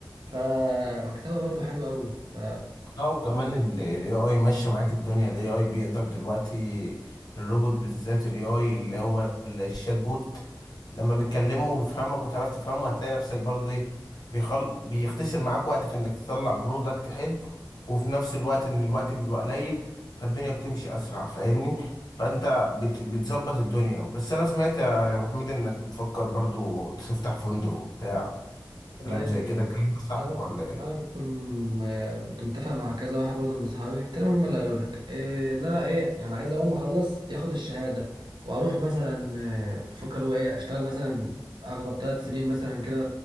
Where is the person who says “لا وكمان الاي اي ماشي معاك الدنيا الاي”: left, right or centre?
Left